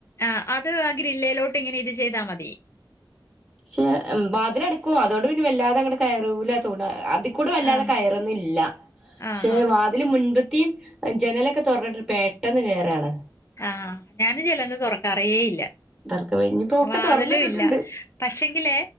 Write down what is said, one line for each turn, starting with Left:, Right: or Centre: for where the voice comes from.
Left: ആഹ്, അത് ആഹ് ഗ്രില്ലേലോട്ട് ഇങ്ങനെ ഇട്ട് ചെയ്താ മതി.
Centre: പക്ഷെ, വാതില് അടക്കും. അതുകൊണ്ട് പിന്ന വല്ലാതങ്ങട് കയറൂല തോണ അത് ക്കൂടെ വല്ലാത
Left: ആഹ്
Centre: കയറുന്നില്ല. പക്ഷെ
Left: ആഹ് ആഹ്
Centre: വാ തില് മുൻപത്തിയും ജനലൊക്ക തൊറന്നിട്ട് പെട്ടെന്ന് കേറാണ്.
Left: ആഹ്, ഞാനും ജനല് തൊറക്കാറേ ഇല്ല.
Centre: തർക്ക ഇനിയിപ്പോ ഒക്കെ
Left: വാതിലും
Centre: തുറന്നിട്ടിട്ടുണ്ട്
Left: ഇല്ല. പക്ഷെ ങ്കിലേ